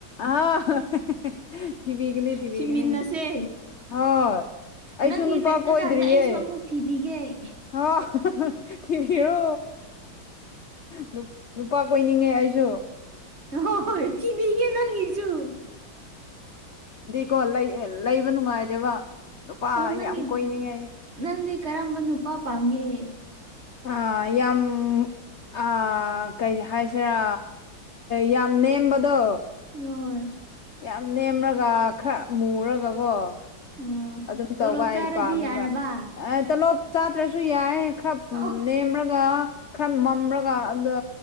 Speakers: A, on the left (about 60°); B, on the right (about 35°).
A: ꯑ ꯍ <unintelligible> ꯊꯤꯕꯤꯒꯅꯤ꯫ ꯊꯤꯕꯤꯒꯤꯅꯤ
B: ꯊꯤꯃꯤꯟꯅꯁꯦ
A: ꯍꯣꯏ ꯑꯩꯁꯨ
B: ꯅꯪꯒꯤ
A: ꯅꯨꯄꯥ
B: ꯂꯩꯇ꯭ꯔꯀꯥꯟꯗ
A: ꯀꯣꯏꯗ꯭ꯔꯤꯌꯦ꯫
B: ꯑꯩꯁꯨ ꯑꯃꯨꯛ ꯊꯤꯕꯤꯒꯦ꯫
A: ꯍꯣꯏ <unintelligible> ꯊꯤꯕꯤꯔꯣ ꯅꯨ ꯅꯨꯄꯥ ꯀꯣꯏꯅꯤꯡꯉꯦ ꯑꯩꯁꯨ꯫
B: ꯍꯣꯢ ꯍꯣꯏ ꯊꯤꯕꯤꯒꯦ ꯅꯪꯒꯤꯁꯨ꯫
A: ꯀꯣ ꯂꯩ ꯂꯩꯕ ꯅꯨꯡꯉꯥꯏꯗꯦꯕ ꯅꯨꯨꯄꯥ
B: ꯑꯣ ꯅꯪꯒꯤ
A: ꯌꯥꯝ ꯀꯣꯏꯅꯤꯡꯉꯦ꯫
B: ꯅꯪꯗꯤ ꯀꯔꯝꯕ ꯅꯨꯄꯥ ꯄꯥꯝꯒꯦ?
A: ꯑꯥ ꯌꯥꯝ, ꯑꯥ ꯀꯩ ꯍꯥꯏꯁꯤꯔꯥ ꯌꯥꯝ ꯅꯦꯝꯕꯗꯣ꯫
B: ꯌꯣꯢ꯫
A: ꯌꯥꯝ ꯅꯦꯝꯔꯒ ꯈꯔ ꯃꯨꯔꯒꯀꯣ꯫
B: ꯑꯣ
A: ꯑꯗꯨꯝ
B: ꯇꯣꯂꯣꯞ
A: ꯇꯧꯕ
B: ꯆꯥꯔꯗꯤ
A: ꯑꯩ ꯄꯥꯝꯃꯦꯕ
B: ꯌꯥꯔꯕ
A: ꯑ ꯇꯣꯂꯣꯞ ꯆꯥꯇ꯭ꯔꯁꯨ ꯌꯥꯏꯑꯦ꯫ ꯈꯔ
B: ꯑꯣ
A: ꯎꯝ ꯅꯦꯝꯔꯒ, ꯈꯔ ꯃꯝꯔꯒ ꯑꯗ